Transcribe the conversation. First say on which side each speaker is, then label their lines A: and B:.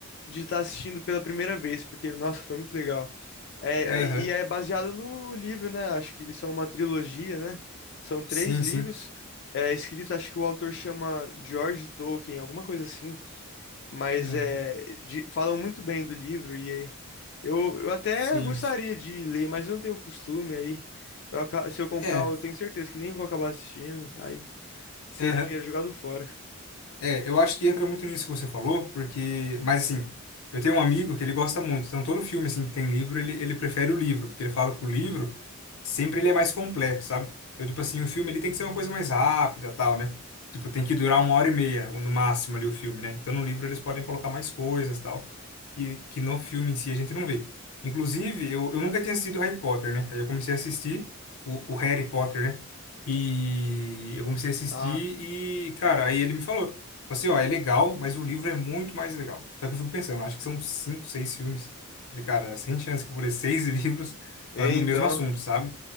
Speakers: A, on the left; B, on the left.
A: de estar assistindo pela primeira vez, porque, nossa, foi muito legal. É,
B: Aham.
A: é, e é baseado no livro, né? Acho que são uma trilogia, né? São três
B: Sim,
A: livros,
B: sim.
A: é, escritos, acho que o autor chama George Tolkien, alguma coisa assim. Mas
B: Aham.
A: é, de- falam muito bem do livro e eu, eu até
B: Sim.
A: gostaria de ler, mas eu não tenho costume aí. Eu aca- se eu comprar,
B: É.
A: eu tenho certeza que nem vou acabar assistindo. Aí seria
B: Aham.
A: dinheiro jogado fora.
B: É, eu acho que entra muito nisso que você falou, porque. Mas, assim, eu tenho um amigo que ele gosta muito, então todo filme, assim, que tem livro, ele, ele prefere o livro, porque ele fala que o livro sempre ele é mais completo, sabe? Então, tipo assim, o filme ele tem que ser uma coisa mais rápida, tal, né? Tipo, tem que durar uma hora e meia, ou no máximo, ali, o filme, né? Então, no livro eles podem colocar mais coisas, tal, que, que no filme em si a gente não vê. Inclusive, eu, eu nunca tinha assistido Harry Potter, né? Aí eu comecei a assistir o, o Harry Potter, né? E eu comecei a assistir
A: Ah,
B: e, cara, aí ele me falou Tipo Assim, ó, é legal, mas o livro é muito mais legal. Só que eu fico pensando, acho que são cinco, seis filmes. Falei, cara, sem chance que eu vou ler seis <laughs> livros
A: é,
B: falando
A: então.
B: do mesmo assunto, sabe?